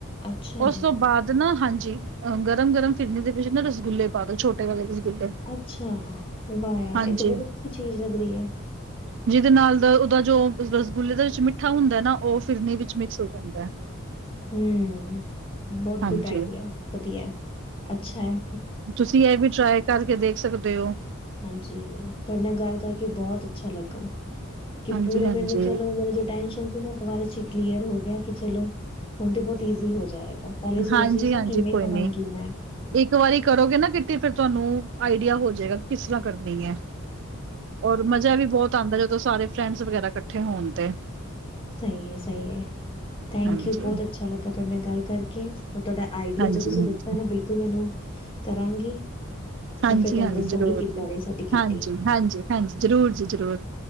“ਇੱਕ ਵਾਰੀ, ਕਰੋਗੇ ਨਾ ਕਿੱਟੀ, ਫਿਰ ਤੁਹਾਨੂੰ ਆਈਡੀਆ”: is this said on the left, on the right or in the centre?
Right